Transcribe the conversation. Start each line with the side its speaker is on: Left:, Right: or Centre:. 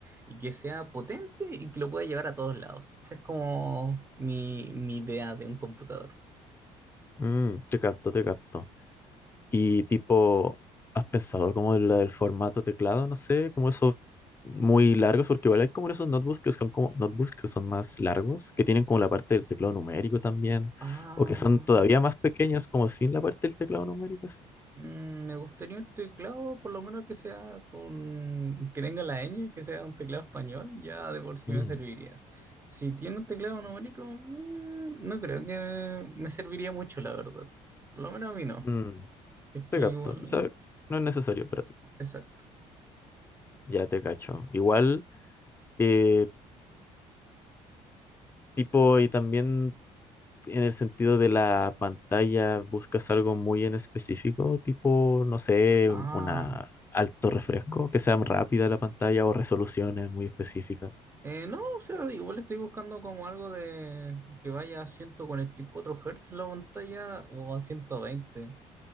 Right: y que sea potente y que lo pueda llevar a todos lados. Esa es como mi, mi idea de un computador.
Left: Mm, te capto, te capto. Y tipo, ¿has pensado como en la del formato teclado? No sé, como esos muy largos, porque igual hay como esos notebooks que son como notebooks que son más largos, que tienen como la parte del teclado numérico también,
Right: Ah.
Left: o que son todavía más pequeños, como sin la parte del teclado numérico, así.
Right: Mm, Me gustaría un teclado, por lo menos que sea con, que tenga la ñ, que sea un teclado español, ya de por sí
Left: Mm,
Right: me serviría. Si tiene un teclado numérico, mm, no creo que me serviría mucho, la verdad. Por lo menos a mí no.
Left: mm,
Right: Es
Left: te
Right: que
Left: capto.
Right: igual,
Left: O sea, no es necesario para ti.
Right: exacto.
Left: Ya te cacho. Igual, eh, tipo, y también en el sentido de la pantalla, buscas algo muy en específico, tipo, no sé,
Right: Ah,
Left: una alto refresco, que sea rápida la pantalla o resoluciones muy específicas.
Right: eh, no, o sea, igual estoy buscando como algo de que vaya a 144 Hz la pantalla o a 120.